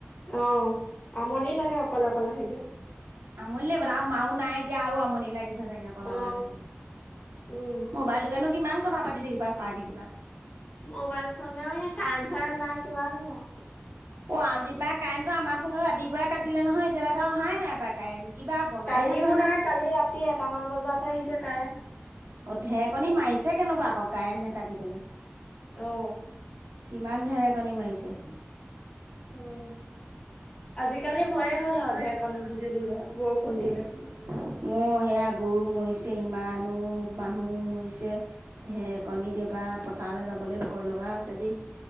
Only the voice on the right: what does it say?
আমনি নে বোলে আৰু মাও নাই এতিয়া আৰু আমনি লাগিছে <unintelligible> চাগে অকলে
অকলে থাকি
মোবাইলটোকেনো কিমান কথা পাতি থাকিবা চাই থাকিবা <unintelligible>
অ আজি পৰা কাৰেণ্টো আমাৰ ফালেও ৰাতিপুৱাই কাটিলে নহয় এতিয়ালৈকে অহাই নাই পাই কাৰেণ্ট কিবা বনাই
আছে নে?
অ ঢেকনি মাৰিছে কেনেকোৱা আকৌ কাৰেণ্ট নেকাটিবলে
কিমান ঢেৰ কণী মাৰিছে
আজিকালি
ভয়েই
হ'ল আৰু
ঢেৰকণী
বিজুলী বৰষুণ
দিলে অ' সেয়া গৰু মৰিছে ইমানো মানুহ মৰিছে ঢেকণী এবাৰ পথালে যাবলে ভ ভয় লগা হৈছে দি